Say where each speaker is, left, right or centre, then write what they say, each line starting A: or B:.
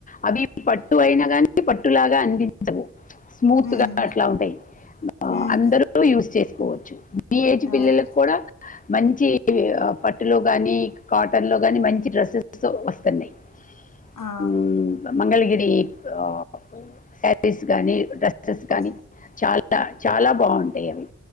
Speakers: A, on the left; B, on the left.
A: అది పట్టు అయినా కానీ పట్టులాగా అందించవు స్మూత్గా
B: హ్మ్
A: అట్ల ఉంటాయి
B: హ్మ్
A: అందరు యూస్ చేసుకోవచ్చు ఈ ఏజ్ పిల్లలకు
B: ఓకే
A: కూడా మంచి పట్టులో గాని కాటన్లో గానీ మంచి డ్రెస్సెస్ వస్తున్నాయి
B: ఆ
A: ఉమ్ మంగళగిరి అ శారీస్ గానీ డ్రెస్సెస్ గాని
B: ఓక్
A: చాల చాలా బాగుంటాయి అవి